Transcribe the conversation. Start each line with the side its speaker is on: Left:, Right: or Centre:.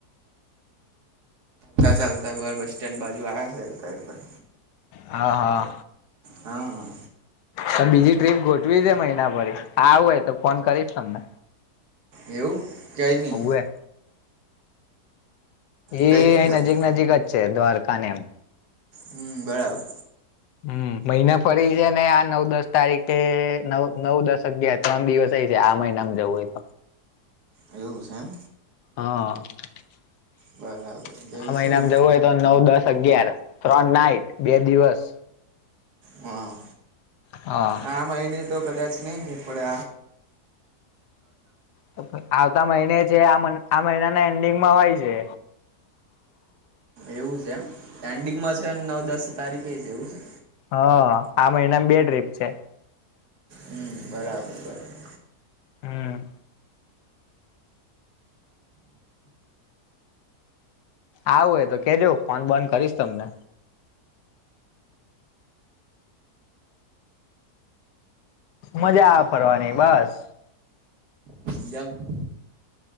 Right: તા ચાલતા બર બસ સ્ટેન્ડ બાજુ આયા છે હેડકા એડકા
Left: હ હા
Right: હા હા
Left: તો બીજી ટ્રીપ ગોઠવી દે મહિના ભરી આવું હોય તો ફોન કરીશ તમને
Right: એવું કઇની
Left: હવું એ
Right: કઈ નહી
Left: અહી
Right: ચાલ
Left: નજીક નજીક જ છે દ્વારકા ને એમ
Right: હમ બરાબર
Left: હમ મહિને ફરી છે ને આ નવ દસ તારીખે નવ નવ દસ અગિયાર ત્રણ દિવસ અય છે આ મહિના જવું હોય તો
Right: એવું છે એમ
Left: હા આ
Right: બરાબર જઈશું
Left: મહિનામા જવું હોય તો નવ દસ અગિયાર ત્રણ નાઈટ બે દિવસ
Right: હા
Left: હા
Right: આ મહિને તો કદાચ ની નીકળે
Left: તો આવતા મહિને જ જે આ મ આ મહિનાના એન્ડિંગમાં હોય છે
Right: એવું છે એમ એન્ડિંગમાં છે નવ દસ તારીખે છે એવું છે
Left: હ આ મહિનામાં બે ટ્રીપ છે
Right: હ બરાબર બરાબર
Left: હમ આવું હોય તો કેજો ફોન બોન કરીશ તમને મજાઆવે ફરવાની બસ
Right: <inaudible>